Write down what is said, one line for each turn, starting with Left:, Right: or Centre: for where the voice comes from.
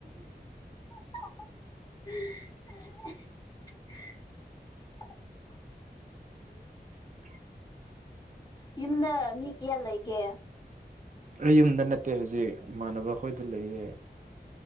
Left: <unintelligible>
Right: <inaudible>
Left: ꯌꯨꯝꯗ ꯃꯤ ꯀꯌꯥ ꯂꯩꯒꯦ
Right: ꯑꯩ ꯌꯨꯝꯗ ꯅꯠꯇꯦ ꯍꯧꯖꯤꯛ ꯏꯃꯥꯟꯅꯕ ꯈꯣꯏꯗ ꯂꯩꯌꯦ